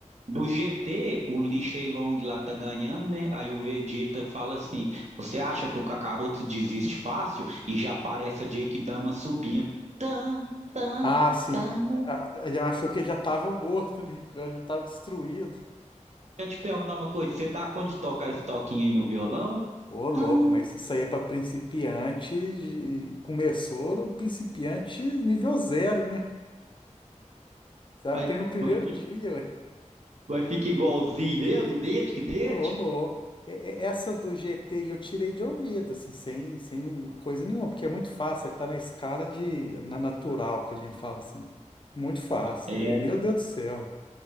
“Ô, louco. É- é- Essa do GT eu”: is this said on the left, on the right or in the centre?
Left